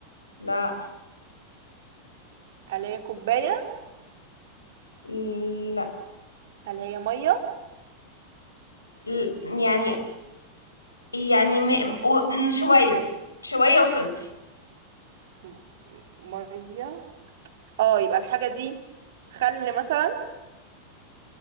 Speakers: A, on the left (about 80°); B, on the right (about 55°).
A: لا
B: هل هي كوباية
A: لا
B: هل هي مية
A: ل- يعني يعني م... و- م- شوية شوية وصلت
B: م- م- مية اه يبقى الحاجة دي خل مثلا